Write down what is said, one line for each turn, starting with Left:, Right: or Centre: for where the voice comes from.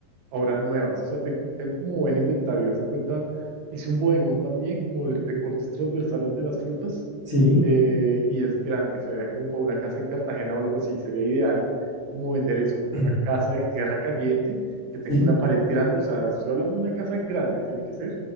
Right: ahora nuevas. O sea, tengo, tengo como buen inventario. Haz de cuenta, hice un bodegón también como de de cortes transversales de las frutas
Left: sí,
Right: eh, y es grande, sería como para una casa en Cartagena o algo así, sería ideal como vender eso, una
Left: <clears throat>
Right: casa de tierra caliente que tenga
Left: sí,
Right: una pared grande, o sea, estoy hablando de una casa grande, tiene que ser